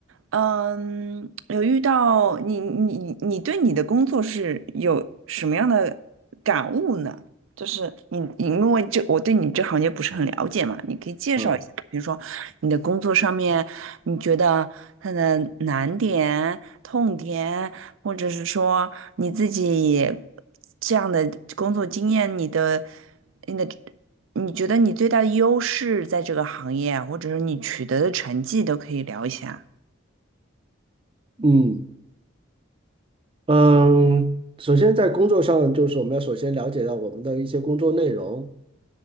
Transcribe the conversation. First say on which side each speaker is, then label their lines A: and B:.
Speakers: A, on the right (about 80°); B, on the right (about 25°).
A: 嗯，有遇到你你你对你的工作是有什么样的感悟呢？就是你，你因为这我对你这行业不是很了解嘛，你可以介绍一下，
B: 嗯
A: 比如说你的工作上面，你觉得它的难点、痛点，或者是说你自己这样的工作经验，你的你的。你觉得你最大的优势在这个行业啊或者是你取得的成绩都可以聊一下。
B: 嗯嗯。首先在工作上，就是我们要首先了解到我们的一些工作内容